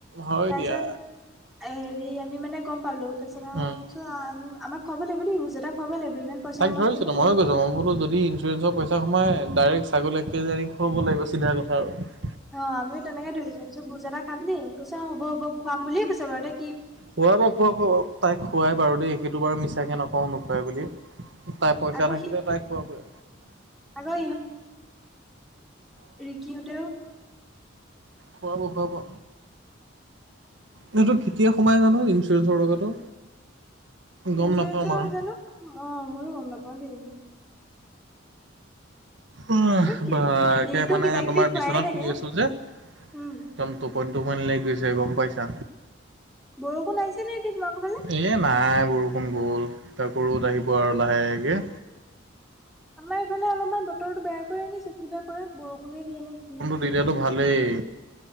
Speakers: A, on the right (about 65°); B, in the centre.
A: হয়
B: তাৰপিছত
A: দিয়া।
B: হেৰি আমি মানে গম পালো, তাৰপিছত
A: উম!
B: কৈছোঁ - আমাক খুৱাব লাগিব দেই, ভোজ এটা খুৱাব লাগিব। ইমান পইচা
A: তাইক
B: সোমাব
A: ধৰিছিলোঁ,
B: তোমাৰ
A: মইয়ো কৈছোঁ - মই বোলো যদি ইঞ্চুৰেঞ্চৰ পইচা সোমাই, ডাইৰেক্ট ছাগলী এক কেজি আনি খুৱাব লাগিব চিধা কথা আৰু।
B: অ আমিও তেনেকে ধৰিছোঁ, কৈছোঁ ভোজ এটা খাম দেই। কৈছে অ হব হব খুৱাম বুলিয়ে কৈছে বাৰু দেই
A: খুৱাব, খুৱাব, তাই খোৱাই বাৰু দেই সেইটো বাৰু মিছাকে নকওঁ নোখোৱাই বুলি। তাই পইচা
B: আকৌ
A: থাকিলে
B: সি
A: তাই খোৱাবই।
B: আকৌ ৰিকিহতেও
A: খুৱাব, খুৱাব! সেইটো, কেতিয়া সোমাই জানো ইঞ্চুৰেঞ্চৰ টকাটো? গম
B: ইঞ্চুৰেঞ্চৰ
A: নাপাওঁ বাৰু।
B: জানো! অ ময়ো গম নাপাওঁ দেই।
A: আহ,
B: দেই
A: বাকে
B: এনেইতো
A: মানে
B: কিবা কিবি
A: তোমাৰ
B: খুৱায়ে
A: বিচনাত
B: থাকে
A: শুই আছো যে
B: উম
A: একদম টোপনি-টোপনি লাগি গৈছে গম পাইছা।
B: বৰষুণ আহিছে নে এতিয়া তোমালোকৰ ফালে?
A: এ নাই, বৰষুণ গ'ল আকৌ ৰদ আহিব আৰু লাহেকে।
B: আমাৰ এইফালে অলপমান বতৰটো বেয়া কৰি আনিছে, কি বা কৰে বৰষুণে দিয়ে নে কিয়ে?
A: তেতিয়াতো ভালেই